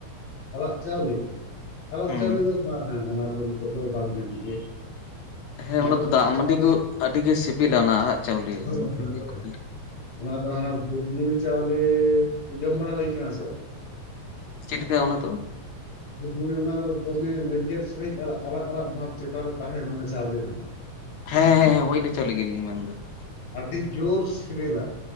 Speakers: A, on the left (about 60°); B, on the left (about 75°).
A: ᱟᱨᱟᱜ ᱪᱟᱣᱞᱮ ᱟᱨᱟᱜ
B: ᱦᱩᱸ
A: ᱪᱟᱣᱞᱮ ᱫᱚ ᱵᱟᱝ ᱦᱮᱸ ᱚᱱᱟ ᱫᱚ ᱱᱤᱛᱳᱜ ᱫᱚ ᱵᱟᱝ ᱧᱟᱢᱚᱜ ᱜᱮᱭᱟ᱾
B: ᱦᱮᱸ ᱚᱱᱟ
A: ᱠᱚᱫᱚ
B: ᱫᱚ
A: ᱠᱚ
B: ᱫᱟᱜ
A: ᱪᱟᱵᱟ
B: ᱢᱟᱹᱰᱤ
A: ᱦᱳᱭ
B: ᱜᱮ ᱟᱹᱰᱤ ᱜᱮ ᱥᱤᱵᱤᱞᱟ ᱚᱱᱟ ᱟᱨᱟᱜ ᱪᱟᱣᱞᱮ ᱾
A: ᱦᱳᱭ
B: ᱚᱱᱟ ᱛᱮᱧ
A: ᱦᱳᱭ
B: ᱠᱩᱞᱤ
A: ᱚᱱᱟ ᱫᱚ ᱦᱟᱱᱟ ᱵᱷᱩᱛ ᱢᱩᱲᱤ ᱪᱟᱣᱞᱮ ᱡᱚᱢ ᱵᱟᱲᱟ ᱦᱩᱭ ᱠᱟᱱᱟ ᱥᱮ ᱵᱟᱝ?
B: ᱪᱮᱫ ᱞᱮᱠᱟ ᱚᱱᱟ ᱫᱚ?
A: <inaudible> ᱵᱷᱩᱛᱢᱩᱲᱤ ᱚᱱᱟ ᱫᱚᱢᱮ ᱞᱮᱸᱡᱮᱫ ᱥᱟᱺᱦᱤᱡ ᱟᱨᱟᱜ ᱟᱨᱟᱜ ᱵᱷᱟᱯ ᱪᱮᱴᱟᱨᱮ ᱛᱟᱦᱮᱱᱟ ᱚᱱᱟ ᱪᱟᱣᱞᱮ ᱨᱮ ᱾
B: ᱦᱮᱸ ᱦᱮᱸ ᱦᱳᱭ ᱤᱱᱟ ᱪᱟᱣᱞᱮ ᱜᱮᱞᱤᱧ ᱢᱮᱱ ᱫᱟ ᱾
A: ᱟᱹᱰᱤ ᱡᱳᱨ ᱥᱤᱵᱤᱞᱟ